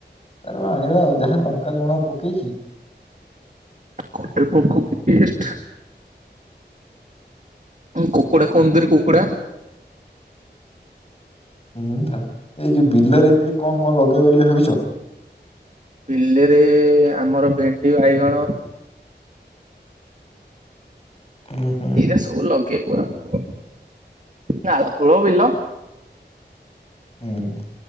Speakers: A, on the left (about 35°); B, on the right (about 45°).
A: ତାର ବା ଆଣିବା ଆଉ ଯାହା ଲଙ୍କା, ଲୁଣ ପକେଇକି।
B: କଲେଇ ପୋକ କି ଟେଷ୍ଟ। ଉଁ କୁକୁଡ଼ା, କନ୍ଦୁରି କୁକୁଡ଼ା।
A: ହୁଁ ଧ ଏଇ ଯୋଉ ବିଲରେ ଏପାଳି କଁ କଁ ଲଗେଇବ ବୋଲି ଭାବିଛ?
B: ବିଲେରେ ଆମର ଭେଣ୍ଡି, ବାଇଗଣ।
A: ହୁଁ ହୁଁ
B: ଏଇରା ସବୁ ଲଗେଇବୁ ଆଉ କ ନାଳ କୂଳ ବିଲ।
A: ହୁଁ।